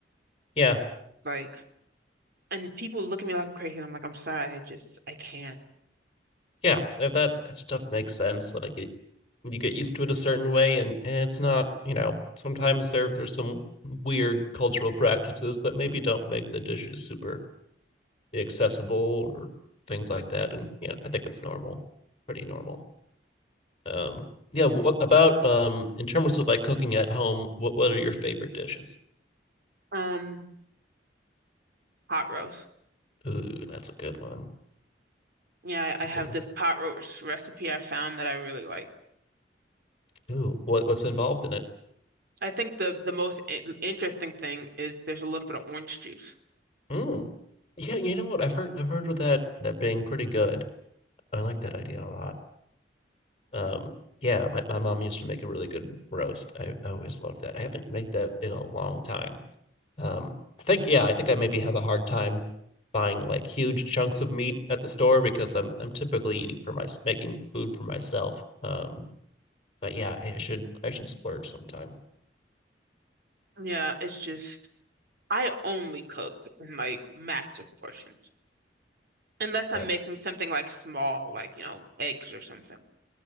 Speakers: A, on the left (about 35°); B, on the right (about 60°).
A: yeah
B: Like and people look at me like I'm crazy and I'm like, I'm sorry, I just I can't.
A: yeah, if that that stuff makes sense, like it, you get used to it a certain way, and, and it's not, you know, sometimes there there's some weird cultural practices that maybe don't make the dishes super accessible or things like that, and yeah, I think it's normal, pretty normal. Um, yeah, what about um in terms of like cooking at home, what what are your favorite dishes?
B: Um, pot roast.
A: Ooh, that's a good one.
B: Yeah,
A: That's
B: I, I
A: a
B: have
A: good one.
B: this pot roast recipe I found that I really like.
A: Ooh, what what's involved in it?
B: I think the the most i- interesting thing is there's a little bit of orange juice.
A: Mm. Yeah, you know what? I've heard I've heard of that that being pretty good. I like that idea a lot. Um, yeah, my, my mom used to make a really good roast. I, I always loved that. I haven't made that in a long time. Um, I think yeah, I think I maybe have a hard time buying like huge chunks of meat at the store because I'm I'm typically eating for my making food for myself. Um, but yeah, I should I should splurge sometime.
B: Yeah, it's just I only cook in like massive portions. Unless I'm
A: Uh,
B: making something like small, like, you know, eggs or something.